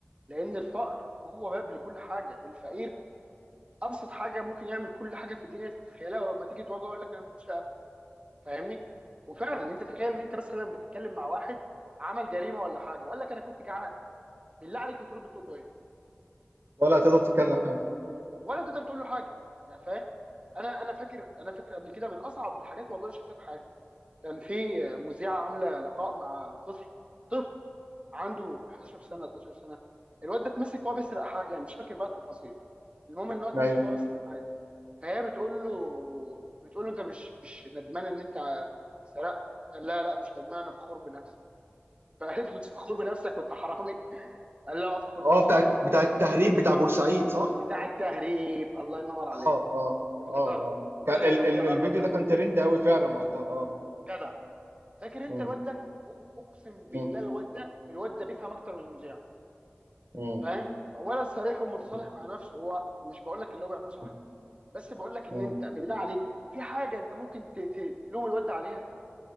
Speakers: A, on the right; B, on the right.
A: لان الفقر هو باب لكل حاجه الفقير ابسط حاجه ممكن يعمل كل حاجه في الدنيا تتخيلها ولما تيجي تواجهه يقول لك انا ما كنتش اكل فاهمني وفعلا انت تخيل ان انت مثلا بتتكلم مع واحد عمل جريمه ولا حاجه وقال لك انا كنت جعان بالله عليك هترد تقول له ايه
B: ولا هتقدر تتكلم حاجه
A: ولا تقدر تقول له حاجه يعني فاهم انا انا فاكر انا فاكر قبل كده من اصعب الحاجات والله اللي شفتها في حياتي كان في مذيعه عامله لقاء مع طفل طفل عنده 11 سنه 12 سنه الواد ده اتمسك وهو بيسرق حاجه مش فاكر بقى التفاصيل المهم ان هو اتمسك
B: ايوه
A: وهو بيسرق حاجه فهي بتقول له بتقول له انت مش مش ندمان ان انت سرقت قال لا لا مش ندمان انا فخور بنفسي فقالت له فخور بنفسك وانت حرامي قال لا اه فخور
B: اه
A: بنفسي
B: بتاع
A: وانا حرامي
B: بتاع التهريب بتاع بورسعيد صح
A: بتاع التهريب الله ينور عليك
B: اه اه
A: افتكرت
B: اه اه
A: الولد
B: كان
A: اللي
B: ال
A: كان
B: ال
A: بيهرب
B: الفيديو
A: ده.
B: ده كان ترند قوي فعلا وقتها اه
A: جدع فاكر انت
B: مم.
A: الواد ده أق- اقسم
B: مم.
A: بالله الواد ده الواد ده بيفهم اكتر من المذيع
B: مم.
A: فاهم ولا صريح ومتصالح
B: مم.
A: مع نفسه هو مش بقول لك اللي هو بيعمله صح
B: مم.
A: بس بقول لك
B: مم.
A: ان انت بالله عليك في حاجه انت ممكن ت- ت- تلوم الواد ده عليها